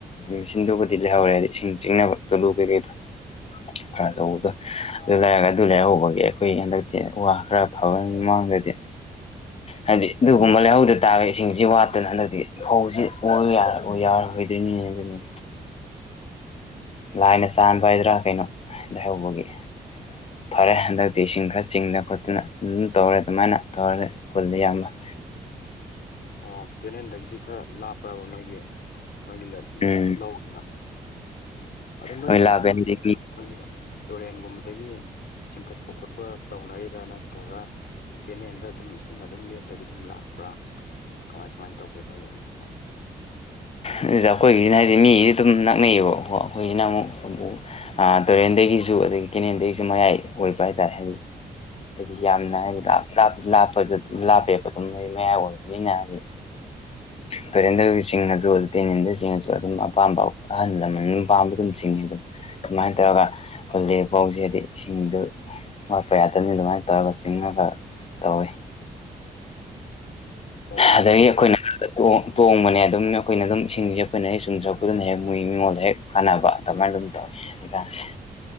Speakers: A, on the left; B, on the left.
A: ꯃꯦꯆꯤꯟꯗꯨꯕꯨꯗꯤ ꯂꯩꯍꯧꯔꯦ ꯍꯥꯏꯗꯤ ꯏꯁꯤꯡ ꯆꯤꯡꯅꯕ ꯇꯣꯂꯨ ꯀꯩꯀꯩꯗꯣ ꯈꯔ ꯑꯆꯧꯕꯗꯣ ꯑꯗꯨ ꯂꯩꯔꯒ ꯑꯗꯨ ꯂꯩꯍꯧꯕꯒꯤ ꯑꯩꯈꯣꯏ ꯍꯟꯗꯛꯇꯤ ꯋꯥ ꯈꯔ ꯐꯕ ꯃꯃꯥꯡꯗꯗꯤ
B: <unintelligible>
A: ꯍꯥꯏꯗꯤ ꯑꯗꯨꯒꯨꯝꯕ ꯂꯩꯍꯧꯗ ꯇꯥꯔꯒ ꯏꯁꯤꯡꯁꯤ ꯋꯥꯠꯇꯅ ꯍꯟꯗꯛꯇꯤ ꯐꯧꯁꯤ ꯑꯣꯏꯌꯨ ꯌꯥꯔ ꯑꯣ ꯌꯥꯔꯣꯏꯗꯣꯏꯅꯤꯅꯦ ꯑꯗꯨꯅꯤ ꯂꯥꯏꯅ ꯆꯥꯟꯕ ꯍꯥꯏꯗ꯭ꯔꯥ ꯀꯩꯅꯣ ꯂꯩꯍꯧꯕꯒꯤ ꯐꯔꯦ ꯍꯟꯗꯛꯇꯤ ꯏꯁꯤꯡ ꯈꯔ ꯆꯤꯡꯗꯅ ꯈꯣꯠꯇꯅ ꯑꯗꯨꯝ ꯇꯧꯔꯦ ꯑꯗꯨꯃꯥꯏꯅ ꯇꯧꯍꯜꯂꯦ ꯍꯨꯜꯂꯦ ꯏꯌꯥꯝꯕ
B: ꯑꯣ ꯀꯦꯅꯦꯟꯗꯒꯤꯗꯤ ꯈꯔ ꯂꯥꯞꯄ꯭ꯔꯕ ꯅꯣꯏꯒꯤ ꯅꯣꯏꯒꯤ ꯂꯜ ꯂꯧ
A: ꯎꯝ
B: ꯂꯧꯗꯣ ꯑꯗ ꯅꯣꯏꯒꯤ
A: ꯍꯣꯏ ꯂꯥꯕꯦꯟꯗꯤ
B: ꯏꯁꯤꯡꯁꯤꯗꯤ ꯈꯣꯏ
A: ꯃꯤ
B: ꯑꯩꯈꯣꯏꯒꯤ ꯇꯨꯔꯦꯟꯒꯨꯝꯕꯗꯒꯤ ꯆꯤꯡꯈꯠꯄ ꯈꯣꯠꯄ ꯇꯧꯅꯔꯤꯔꯅ ꯅꯠꯇ꯭ꯔꯒ ꯄꯦꯅꯦꯟꯗ ꯑꯗꯨꯝ ꯏꯁꯤꯡ ꯑꯗꯨꯝ ꯂꯦꯞꯇꯕꯤ ꯑꯗꯨꯝ ꯂꯥꯛꯄ꯭ꯔꯥ ꯀꯃꯥꯏ ꯀꯃꯥꯏꯅ ꯇꯧꯒꯦ ꯅꯣꯏꯔꯣꯝꯒꯤꯁꯤꯅ
A: ꯑꯗꯨꯗ ꯑꯩꯈꯣꯏꯒꯤꯁꯤꯅ ꯍꯥꯏꯗꯤ ꯃꯤꯒꯤꯗꯤ ꯑꯗꯨꯝ ꯅꯛꯅꯩꯌꯦꯕꯀꯣ ꯑꯩꯈꯣꯏꯒꯤꯅ ꯑꯃꯨꯛ ꯑ ꯇꯨꯔꯦꯟꯗꯒꯤꯁꯨ ꯑꯗꯒꯤ ꯀꯦꯅꯦꯟꯗꯒꯤꯁꯨ ꯃꯌꯥꯏ ꯑꯣꯏꯕ ꯍꯥꯏꯇꯥꯔꯦ ꯍꯥꯏꯗꯤ ꯗꯨꯒꯤ
B: ꯎꯝ
A: ꯌꯥꯝꯅ ꯑꯩꯒꯤꯗ ꯂꯥꯞꯄꯁꯨ ꯂꯥꯞꯄ ꯆꯠ ꯂꯥꯞꯄꯦ ꯑꯗꯨꯝ ꯑꯩ ꯃꯌꯥ ꯑꯣꯏꯔꯕꯅꯤꯅ ꯍꯥꯏꯗꯤ ꯇꯨꯔꯦꯟ ꯆꯤꯡꯅꯁꯨ ꯑꯗꯨ ꯇꯦꯟ ꯏꯟꯗꯁꯤꯡꯅꯁꯨ ꯑꯗꯨꯝ ꯑꯄꯥꯝꯕ ꯑꯍꯜ ꯂꯃꯟ ꯑꯗꯨꯝ ꯑꯄꯥꯝꯕ ꯑꯗꯨꯝ ꯆꯤꯡꯉꯦ ꯑꯗꯨꯝ ꯑꯗꯨꯃꯥꯏ ꯇꯧꯔꯒ ꯍꯨꯜꯂꯦ ꯐꯥꯎꯖꯤꯗꯤ ꯏꯁꯤꯡꯗꯨ ꯋꯥꯠꯄ ꯌꯥꯇꯝꯅꯤ ꯑꯗꯨꯃꯥꯏꯅ ꯇꯧꯔꯒ ꯆꯤꯡꯉꯒ ꯇꯧꯋꯤ
B: ꯑꯣ
A: ꯑꯗꯒꯤ ꯑꯩꯈꯣꯏꯅ ꯇꯣꯡ ꯇꯣꯡꯕꯅꯦ ꯑꯗꯨꯝ ꯑꯩꯈꯣꯏꯅ ꯑꯗꯨꯝ ꯏꯁꯤꯡꯖꯦ ꯑꯩꯈꯣꯏꯅ ꯍꯦꯛ ꯆꯨꯝꯖꯔꯛꯄꯗꯨꯅ ꯍꯦꯛ ꯃꯣꯏ ꯃꯤꯉꯣꯟꯗ ꯍꯦꯛ ꯀꯥꯟꯅꯕ ꯑꯗꯨꯃꯥꯏꯅ ꯑꯗꯨꯝ ꯇꯧꯋꯤ ꯍꯧꯖꯤꯀꯥꯟꯁꯦ